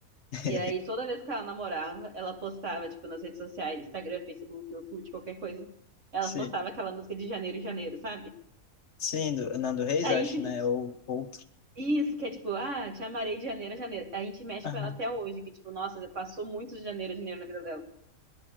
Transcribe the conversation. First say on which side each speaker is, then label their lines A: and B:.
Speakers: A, on the left; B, on the right.
A: <laughs>
B: E aí, toda vez que ela namorava, ela postava, tipo, nas redes sociais, Instagram, Facebook, Orkut, qualquer coisa. Ela
A: sim.
B: postava aquela música de Janeiro, Janeiro, sabe?
A: Sim, do Nando Reis,
B: A
A: acho,
B: gente
A: né? Ou outro.
B: Isso, que é tipo, ah, te amarei de janeiro a janeiro. A gente mexe
A: <laughs>
B: com ela até hoje, que tipo, nossa, passou muito de janeiro a janeiro na vida dela.